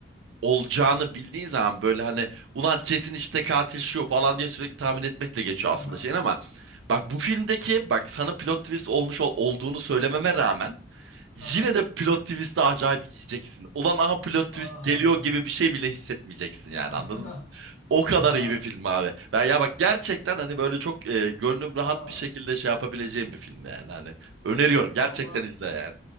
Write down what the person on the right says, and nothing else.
olacağını bildiğin zaman böyle hani ulan kesin işte katil şu falan diye sürekli tahmin etmekle geçiyor aslında
şeyin ama bak bu filmdeki bak sana plot twist olmuş ol- olduğunu söylememe rağmen
yine de plot twist'i acayip yiyeceksin. Ulan aha plot twist
geliyor
gibi bir şey bile hissetmeyeceksin yani
anladın o kadar
iyi bir film abi. Ben ya bak gerçekten hani böyle çok e, gönlüm rahat
bir şekilde şey yapabileceğim bir film yani hani öneriyorum gerçekten
izle yani.